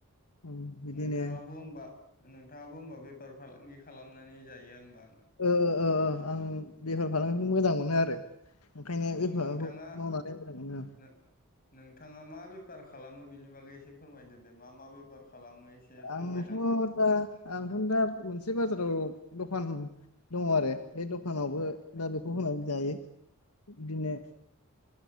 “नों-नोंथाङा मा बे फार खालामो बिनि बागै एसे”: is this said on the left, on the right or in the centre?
Left